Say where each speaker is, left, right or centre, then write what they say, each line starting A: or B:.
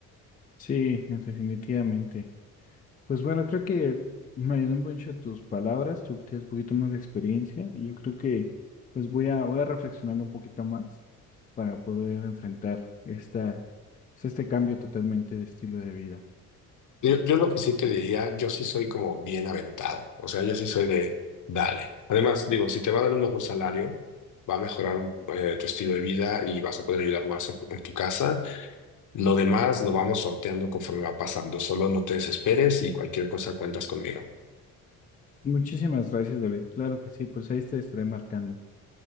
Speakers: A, on the left (about 20°); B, on the left (about 40°).
A: sí, definitivamente. Pues bueno, creo que me ayudó mucho tus palabras, tú que tienes un poquito más de experiencia y yo creo que pues voy a, voy a reflexionarlo un poquito más para poder enfrentar esta, pues, este cambio totalmente de estilo de vida.
B: Yo, yo lo que sí te diría, yo sí soy como bien aventado, o sea, yo sí soy de, dale. Además, digo, si te va a dar un mejor salario, va a mejorar eh, tu estilo de vida y vas a poder ayudar más en, en tu casa. Lo demás lo vamos sorteando conforme va pasando, solo no te desesperes y cualquier cosa cuentas conmigo.
A: Muchísimas gracias, David. Claro que sí, pues ahí te estaré marcando.